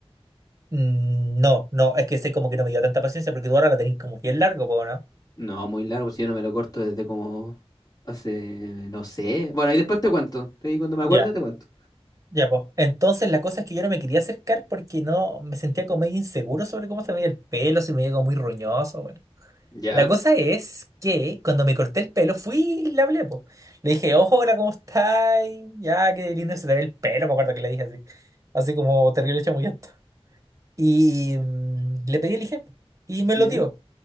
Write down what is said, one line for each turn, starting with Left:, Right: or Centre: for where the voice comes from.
Right: Mm, No, no, es que sé como que no me dio tanta paciencia porque tú ahora la tenés como bien largo, po, ¿no?
Left: No, muy largo, si yo no me lo corto desde como... Hace... no sé. Bueno, ahí después te cuento. Ahí cuando me acuerde
Right: Ya,
Left: te cuento.
Right: ya, pues. Entonces la cosa es que yo no me quería acercar porque no me sentía como medio inseguro sobre cómo se me veía el pelo, si me veía como muy roñoso, bueno.
Left: Ya.
Right: La cosa es que cuando me corté el pelo fui y le hablé, po. Le dije, ojo, hola, ¿cómo estáis? Ya, qué lindo se te ve el pelo, me acuerdo que le dije así. Así como terrible chamullento. Y mm, le pedí el IGEM y me
Left: Ya.
Right: lo dio.